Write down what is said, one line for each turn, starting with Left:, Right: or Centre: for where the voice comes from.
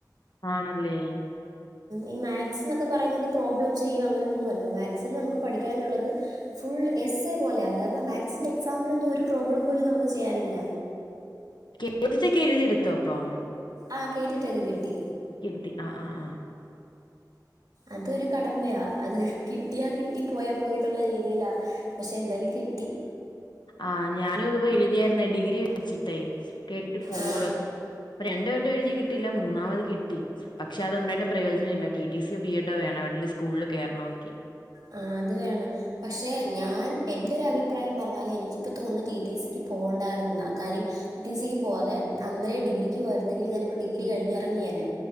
Left: ആണല്ലേ
Right: ഈ മാത്സ്ന്നൊക്കെ പറയുന്നത് പ്രോബ്ലം ചെയ്യും അങ്ങനൊന്നു അല്ല മാത്സില് നമ്മക്ക് പഠിക്കാനുള്ളത് ഫുൾ എസ്സെ പോലെയാ അല്ലാതെ മാക്സിൻ്റെ എക്സാമിനൊന്നും ഒരു പ്രോബ്ലം പോലും നമുക്ക് ചെയ്യാനില്ല
Left: <unintelligible> എഴുതി ട്ത്തോ അപ്പം
Right: ആഹ് കേട്ട്ട്ടൊക്കെ കിട്ടി
Left: കിട്ടി ആ ആ ആ
Right: അതൊരു കടമ്പയാ അത് കിട്ട്യാ കിട്ടി പോയാ പോയിന്നുള്ള രീതിലാ പക്ഷേ എന്തായാലും കിട്ടി
Left: ആ ഞാനും ഇതു പോലെ എഴുതിയായിരുന്നേ ഡിഗ്രി വെച്ചിട്ടേ കേട്ടിട്ട് ഫോറ്
Right: ആ.
Left: രണ്ടു വട്ടം എഴുതി കിട്ടില്ല മൂന്നാമത് കിട്ടി പക്ഷെ അതൊണ്ടായിട്ടും പ്രയോജനല്ല ടി ടി സിയോ ബി എഡോ വേണം എവെടെലും സ്കൂളില് കേറണെങ്കി
Right: ആ അത് വേണം പക്ഷെ ഞാൻ എൻ്റെ ഒരുരഭിപ്രായം പർഞ്ഞാല് എനിക്കിപ്പോം തോന്ന് ടി ടി സിക്ക് പോണ്ടാര്ന്നുന്ന കാര്യം ടി ടി സിക്ക് പോവാതെ അന്നേരം ഡിഗ്രിക്ക് പോയിരുന്നെങ്കി ഞാനിപ്പോ ഡിഗ്രി കഴിഞ് എറങ്ങിയേനെ